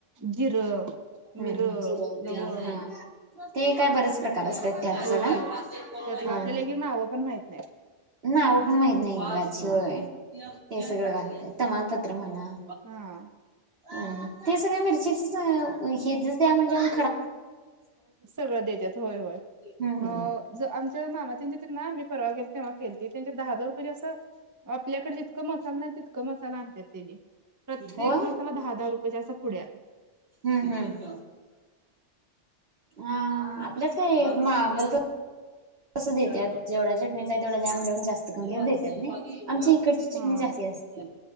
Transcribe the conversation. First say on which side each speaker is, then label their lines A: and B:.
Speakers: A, on the right; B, on the right.
A: जिरं,
B: हम्म
A: मिरं,
B: जिर
A: लवंग
B: ते हा. ते काय बरेच प्रकार असतात त्यात
A: होय,
B: सोडा
A: होय त्यातलं
B: ह.
A: आपल्याला हे नावं पण माहित नाहीत.
B: नाव पण माहित नाही एका ची
A: हां,
B: होय. सगळा घालत्या तमालपत्र म्हणा
A: हां
B: अ ते सगळ्या मिरचीच हेचच द्या म्हटलंयावर
A: सगळं देत्यात होय, होय.
B: हम्म
A: अ ज आमच्या मामा त्यांच्या त ना मीही परवा गेल तेव्हा केलती त्यांच्या दहा दहा रुपयेच्या अस आपल्याकडे जितकं मह मसाला नाही तितक मसाला आणतात त्याने प्रत्येक
B: हो
A: मसाला दहा दहा रुपयेचा अस पुड्या
B: हम्म हम्म... अ आपल्यात काही मागल त देतत्यात जेवढ्या चटणीचा तेवढा दया म्हटल्यावर तेवढा जास्त कमी देतात नाही आमची इ इकडची
A: हा
B: चटणी जास्ती असते